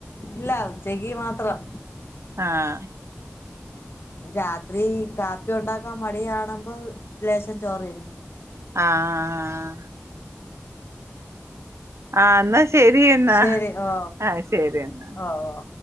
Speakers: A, on the left; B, on the right.
A: ഇല്ല ഉച്ചയ്ക്ക് മാത്രം
B: ആഹ്
A: രാത്രി കാപ്പി ഉണ്ടാക്കാൻ മടിയാണുമ്പോ ലേശം ചോറ് തിന്നും
B: ആഹ് ആഹ് ന്നാ ശരിയ എന്നാ
A: ശരി ഓ
B: ആഹ് ശരി എന്നാ
A: ഓ ഓ ഓ